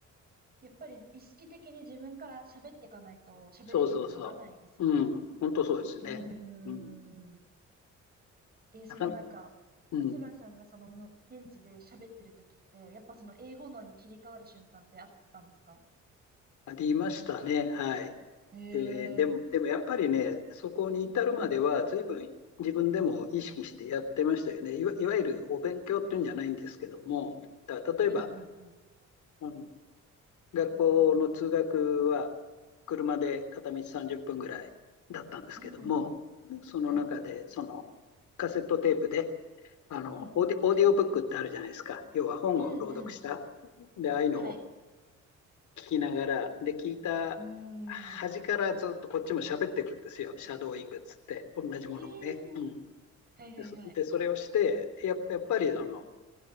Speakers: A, on the right; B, on the left.
A: やっぱり意識的に自分から喋っていかないと喋れるようにはならないですよね。
B: そうそうそう。うん。本当そうですね。
A: うーん。
B: うん。
A: えーそのなんか、
B: なか、うん。
A: 松原さんがそのむ現地で喋ってる時って、やっぱその英語のに切り替わる瞬間ってあったんですか
B: ありましたね。はい。
A: へえ。
B: で、でも、でもやっぱりね、そこに至るまでは、
A: うん。
B: 随分自分でも意識してやってましたよね。いわ、いわゆるお勉強っていうんじゃないんですけども、だから例えば、
A: うんうん
B: うん、学校の通学は車で片道30分ぐらいだったんですけども、
A: うん。うん。
B: その中でそのカセットテープで
A: はい。
B: あのオーディ、
A: うんうんうん。
B: オーディオブックってあるじゃないですか。要は本を朗読した。
A: うんうん。
B: で、ああいうのを
A: はい。
B: 聞きながら、で、聞いた端からずっとこっちも喋ってくるんですよ。
A: うーん。う
B: シャドーイングっつって、同じものをね。
A: ー
B: うん、
A: ん。はいはいはい。
B: で、そでそれをして、やっ、やっぱりその、